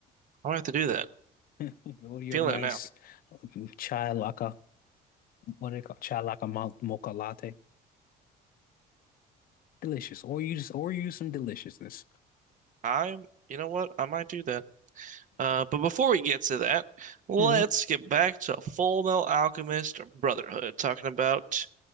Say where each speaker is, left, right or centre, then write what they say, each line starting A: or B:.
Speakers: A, on the right; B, on the left.
A: I might have to do that.
B: your
A: Feeling
B: nice
A: it now.
B: um, chai laka. What do they call chai laka mo- mocha latte? Delicious. Or you just or use some deliciousness.
A: I'm, you know what? I might do that. Uh, but before we get to that, let's
B: hmm
A: get back to Full Metal Alchemist Brotherhood, talking about.